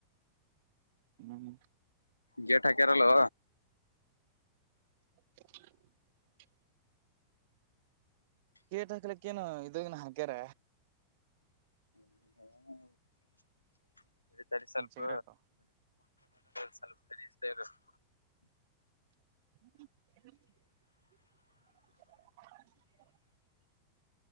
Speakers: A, on the right (about 50°); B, on the left (about 80°).
A: ಹ್ಮ್
B: ಗೇಟ್ ಹಾಕ್ಯಾರಲ್ಲೋ
A: <inaudible> ಗೇಟ್ ಹಾಕ್ಲಿಕ್ಕೇನು ಇದುಇನ್ನಾ ಹಾಕ್ಯಾರ
B: <unintelligible> ಇಲ್ಲಿ ತಡಿ ಸ್ವಲ್ಪ
A: ಒಂದ್ ಸಿಗರೇಟ್
B: ಸ್ವಲ್ಪ ತಡಿ ಅಷ್ಟೇ ಇರು <inaudible>
A: <inaudible>